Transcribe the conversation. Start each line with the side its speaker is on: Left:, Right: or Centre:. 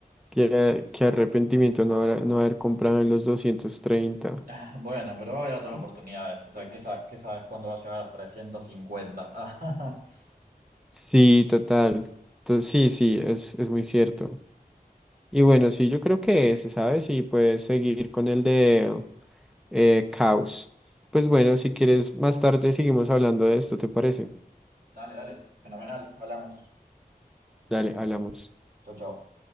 Centre: Qué, qué arrepentimiento no haber, no haber comprado en los doscientos treinta
Right: <laughs> Bueno, pero va a haber otras oportunidades, o sea, ¿qué, sa- qué sabes cuándo va a llegar a los trescientos cincuenta? <laughs>
Centre: Sí, total. Entonces, sí, sí, es, es muy cierto. Y bueno, sí, yo creo que ese, ¿sabes? Y puedes seguir con el de eh, caos. Pues bueno, si quieres, más tarde seguimos hablando de esto, ¿te parece?
Right: Dale, dale, fenomenal, hablamos.
Centre: Dale, hablamos.
Right: Chau, chau.